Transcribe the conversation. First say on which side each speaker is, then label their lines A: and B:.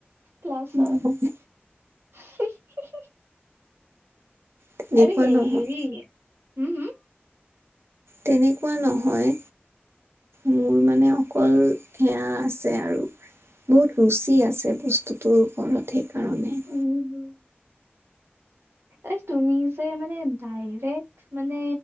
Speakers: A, on the right; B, on the right.
A: ক্লাছত
B: নহয় তেনেকুৱা
A: আৰে
B: নহয়
A: হেৰি হম', হুম,
B: তেনেকুৱা নহয়। মোৰ মানে অকল সেয়া আছে আৰু বহুত ৰুচি আছে। বস্তুটোৰও ঘৰত সেইকাৰনে <inaudible>
A: উম, এই তুমি যে মানে ডাইৰেক্ট মানে